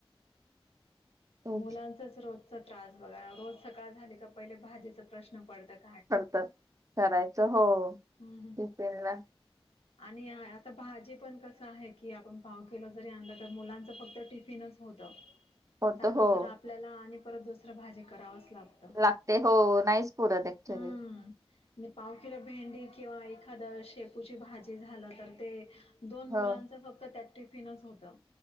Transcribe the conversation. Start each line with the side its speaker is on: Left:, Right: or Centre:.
Right: तेच
Left: मुलांचाच रोज- त्रास बघायं रोज सकाळ झाली का पहिले भाजीचा प्रश्न पडतात.
Right: पडतात करायचं हो
Left: हम्म हम्म
Right: टिफीनला.
Left: आणि आता भाजी पणं कस अंआहे की आपण पाव केलो. जरी आणलं तरं मुलांच फक्त टिपीनचं होत.
Right: होत
Left: त्यानंतर
Right: हो
Left: आपल्याला आणि- परत दुसरं भाजी करावं. राव लागतं.
Right: लागते हो नाहीच पुरत ऍक्च्युली
Left: हम्म आणि पाव किलो भेंडी- किंवा एखाद शेपूची भाजी झालं तर ते दोन
Right: हो
Left: मुलांच फक्त त्यात- टिफिनच होता.